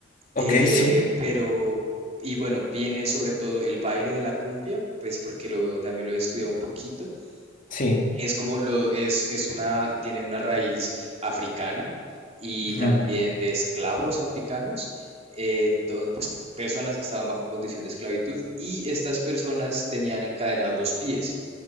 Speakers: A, on the left; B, on the right.
A: Ok,
B: Eh,
A: sí,
B: pero, y bueno, viene sobre todo el baile de la cumbia, pues porque lo, también lo he estudiado un poquito.
A: sí.
B: Es como lo, es, es una, tiene una raíz africana y
A: ujú,
B: también de esclavos africanos. Eh, entonces, pues personas que estaban bajo condición de esclavitud y estas personas tenían encadenados los pies.